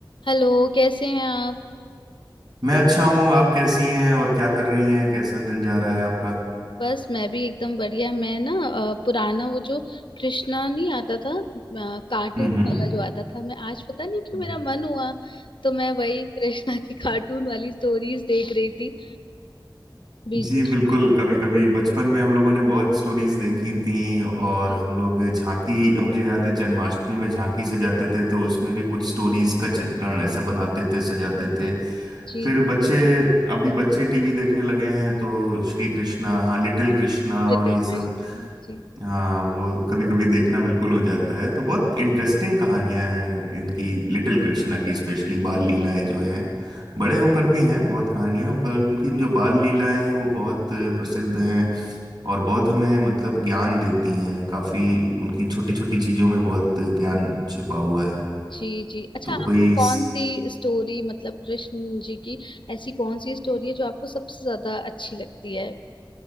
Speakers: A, on the left; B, on the right.
A: Hello कैसे हैं आप
B: मैं अच्छा हूँ आप कैसी हैं और क्या कर रही हैं कैसा दिन जा रहा है आपका
A: बस मैं भी एकदम बढ़िया मैं ना अ, पुराना वो जो कृष्णा नहीं आता था अ, कार्टून
B: हम्म
A: वाला जो आता था मैं आज पता नहीं क्यों
B: हम्म
A: मेरा मन हुआ तो मैं वही कृष्णा की कार्टून वाली स्टोरीज देख रही थी
B: <laughs>
A: बीच
B: जी
A: बीच
B: बिल्कुल
A: में
B: कभी कभी बचपन में हम लोगों ने बहुत स्टोरीज देखी थी और
A: जी
B: हम लोग झांकी मुझे याद है जन्माष्टमी में झांकी सजाते थे तो उसमें भी कुछ स्टोरीज का चित्रण ऐसा बनाते थे सजाते थे
A: जी
B: फिर बच्चे अभी बच्चे टीवी देखने लगे हैं तो श्री कृष्णा हाँ लिटिल कृष्णा
A: लिटिल
B: और ये सब
A: कृष्णा जी
B: हाँ वो कभी कभी देखना बिल्कुल हो जाता है तो बहुत इंटरेस्टिंग कहानियां हैं इनकी लिटिल कृष्णा की स्पेशली बाल लीलाएं जो हैं बड़े होकर भी हैं बहुत कहानियां पर उनकी जो बाल लीलाएं हैं वो बहुत प्रसिद्ध हैं और बहुत हमें मतलब ज्ञान देती हैं काफी उनकी छोटी छोटी चीजों में बहुत ज्ञान छिपा हुआ है
A: जी जी अच्छा
B: तो
A: आपको
B: कोई
A: कौन सी स्टोरी मतलब कृष्ण जी की ऐसी कौन सी स्टोरी है जो आपको सबसे ज्यादा अच्छी लगती है